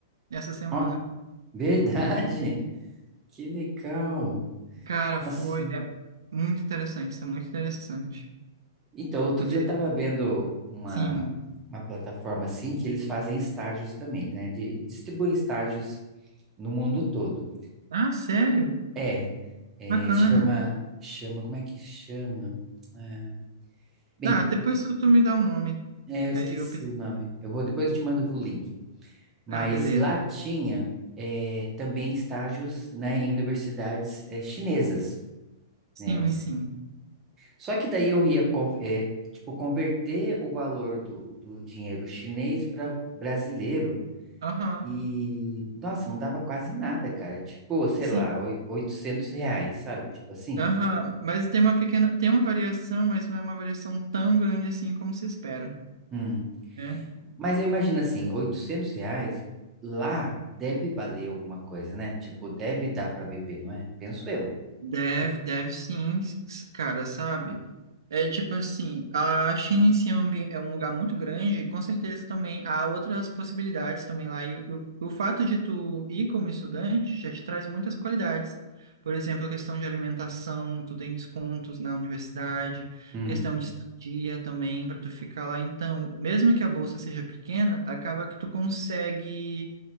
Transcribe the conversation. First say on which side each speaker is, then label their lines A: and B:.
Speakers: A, on the right; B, on the right.
A: essa semana.
B: Ó, <laughs> verdade! Que legal!
A: Cara,
B: Nossa!
A: foi é muito interessante, isso é muito interessante.
B: Então, outro
A: Poder,
B: dia eu estava vendo uma,
A: sim.
B: uma plataforma assim que eles fazem estágios também, né? De, distribuem estágios no mundo todo.
A: Ah, sério?
B: É, é,
A: Bacana.
B: chama, chama, como é que chama? É, bem,
A: Tá, depois tu, tu me dá o nome.
B: é, eu esqueci
A: Aí eu penso,
B: o nome. Eu vou, depois eu te mando o link. Mas
A: ah, beleza.
B: lá tinha eh, também estágios, né, em universidades eh, chinesas,
A: Sim,
B: né?
A: sim.
B: Só que daí eu ia con- eh, tipo converter o valor do, do dinheiro chinês para brasileiro
A: Aham.
B: e nossa, não dava quase nada, cara. Tipo, sei
A: Sim.
B: lá, oi- 800 reais, sabe? Tipo assim.
A: Aham, mas tem uma pequena, tem uma variação, mas não é uma variação tão grande assim como se espera.
B: Hum.
A: né?
B: Mas eu imagino assim, 800 reais lá deve valer alguma coisa, né? Tipo, deve dar para viver, não é? Penso eu.
A: Deve,
B: Que-
A: deve sim, s- cara, sabe? É tipo assim, a China em si é um ambi- é um lugar muito grande, e com certeza também há outras possibilidades também lá. E o, o fato de tu ir como estudante já te traz muitas qualidades. Por exemplo, questão de alimentação, tu tem descontos na universidade,
B: hum.
A: questão de estadia também para tu ficar lá. Então, mesmo que a bolsa seja pequena, acaba que tu consegue